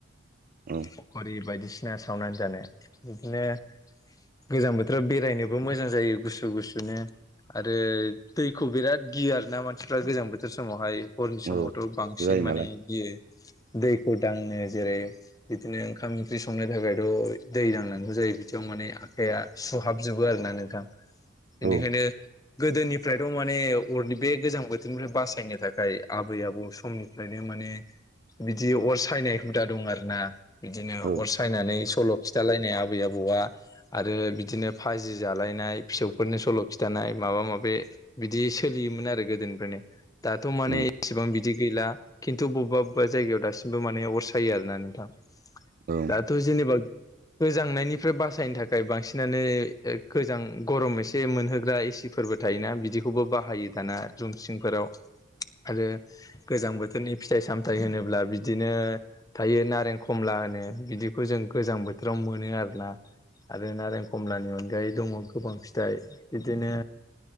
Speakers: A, on the right; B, on the left.
A: औ
B: फखरि बायदिसि सिना सावनानै जानो बिदिनो गोजां बोथोराव बेरायनोबो मोजां जायो गुसु गुसुनो। आरो दैखौ बिराद गियो आरो ना मानसिफ्रा गोजां बोथोर समावहाय। हरनि समावथ'
A: औ
B: बांसिन
A: गुसु जायो
B: माने
A: नालाय
B: गियो दैखौ दांनो जेरै बिदिनो ओंखाम ओंख्रि संनो थाखायथ' दै दांनांगौ जायो बिदियाव माने आखाया सुहाबजोबो आरोना नोंथां बेनिखायनो
A: औ
B: गोदोनि फोराथ' माने अरनि बे गोजां बोथोरनिफ्राय बासायनो थाखाय आबै-आबौ समनिफ्रायनो माने बिदि अर सायनाय हुदा दं आरो ना। बिदिनो
A: औ
B: अर सायनानै सल' खिथालायनाय आबै आबौआ आरो बिदिनो फाजि जालायनाय फिसौफोरनो सल' खिथाना नाय माबा माबि बिदि सोलियोमोन आरो गोदोनिफ्रायनो दाथ'
A: औ
B: माने इसेबां बिदि गैला खिन्थु बबेबा बबेबा जायगायाव दासिमबो माने अरसायो आरोना नोंथां।
A: औ
B: दाथ' जेनेबा गोजांनायनिफ्राय बासायनो थाखाय बांसिनानो गोजां गरम एसे मोनहोग्रा एसिफोरबो थायोना बिदिखौबो बाहायो दाना जुमसिंफोराव आरो गोजां बोथोरनि फिथाइ सामथाइ होनोब्ला बिदिनो थायो नारें खमला होनो बिदिखौ जों गोजां बोथोराव मोनो आरोना। आरो नारें खमलानि अनगायै दङ' गोबां फिथाइ बिदिनो